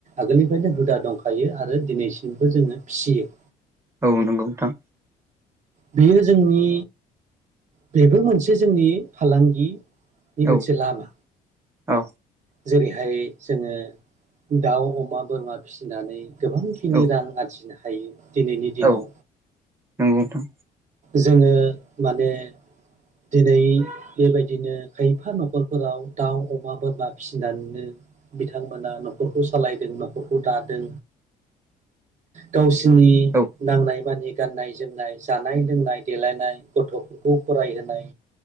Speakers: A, on the right; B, on the right.
A: आगोलनिफ्रायनो हुदा दंखायो आरो दिनैसिमबो जोंङो फिसि यो
B: औ नंगौ नोंथां
A: बेयो जोंनि बेबो मोनसे जोंनि फालांगि बे मोनसे
B: औ
A: लाम
B: औ
A: जेरैहाय जोंङो दाउ अमा बोरमा फिसिनानै गोबांखिनि
B: औ
A: रां आरजिनो हायो दिनैनि दिनाव
B: औ नंगौ नोंथां
A: जोंङो माने दिनै बेबायदिनो खायफा न'खरफोराव दाउ अमा बोरमा फिसिनानैनो बिथांमोना न'खरखौ सालायदों न'खरखौ दादों गावसि नि
B: औ
A: नांनाय मानि गाननाय जोमनाय जानाय लोंनाय देलायनाय गथ'खौ फरायहोनाय